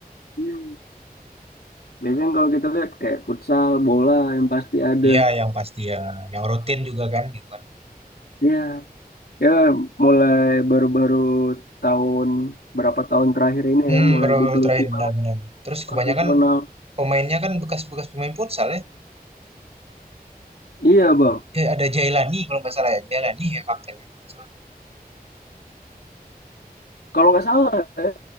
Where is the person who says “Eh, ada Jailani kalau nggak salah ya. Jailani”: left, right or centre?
Right